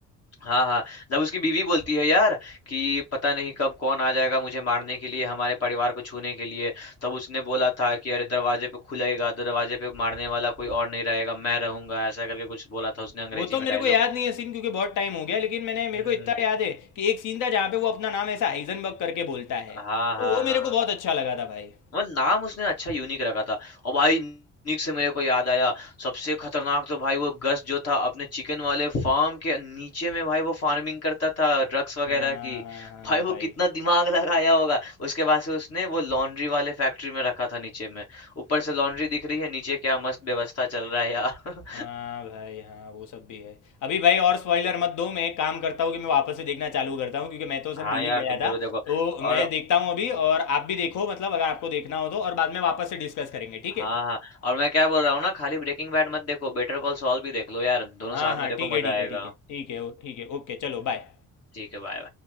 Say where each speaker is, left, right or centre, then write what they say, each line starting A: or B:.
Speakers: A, on the left (about 55°); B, on the left (about 80°).
A: हाँ हाँ जब उसकी बीवी बोलती है यार कि पता नहीं कब कौन आ जाएगा मुझे मारने के लिए हमारे परिवार को छूने के लिए तब उसने बोला था कि अरे दरवाजे पे खुलेगा दरवाजे पे मारने वाला कोई और नहीं रहेगा मैं रहूंगा ऐसा करके कुछ बोला था उसने अंग्रेजी
B: वो तो
A: में
B: मेरे
A: डायलॉग
B: को याद नहीं है सीन क्योंकि बहुत टाइम हो गया लेकिन मैंने मेरे
A: हम्म
B: को इतना
A: हम्म
B: याद है कि एक सीन था जहाँ पे वो अपना नाम ऐसा हाइजनबर्ग करके बोलता है
A: हाँ
B: तो
A: हाँ
B: वो
A: हाँ
B: मेरे को बहुत अच्छा लगा था भाई
A: वो नाम उसने अच्छा यूनिक रखा था और भाई यूनिक से मेरे को याद आया सबसे खतरनाक तो भाई वो गस जो था अपने चिकन वाले फार्म के नीचे में भाई वो फार्मिंग करता था ड्रग्स वगैरह
B: हाँ
A: की
B: हाँ
A: भाई
B: भाई
A: वो कितना दिमाग लगाया होगा उसके बाद से उसने वो लॉन्ड्री वाले फैक्ट्री में रखा था नीचे में ऊपर से लॉन्ड्री दिख रही है नीचे क्या मस्त व्यवस्था चल रहा है यार
B: हाँ भाई हाँ वो सब भी है अभी भाई और स्पॉइलर मत दो मैं एक काम करता हूँ कि मैं वापस से देखना चालू करता हूँ क्योंकि मैं तो सब
A: <laughs> हाँ
B: भूल
A: यार
B: ही गया
A: तुम
B: था
A: जरूर देखो
B: तो मैं
A: और
B: देखता हूँ अभी और आप भी देखो मतलब अगर आपको देखना हो तो और बाद में वापस से डिस्कस करेंगे ठीक है
A: हाँ हाँ और मैं क्या बोल रहा हूँ ना खाली ब्रेकिंग बैड मत देखो बेटर कॉल सॉल भी देख लो यार दोनों
B: हाँ
A: साथ
B: हाँ
A: में देखो
B: ठीक है
A: मजा
B: ठीक
A: आएगा
B: है ठीक है ठीक है ओ- ठीक है ओके चलो बाय
A: ठीक है बाय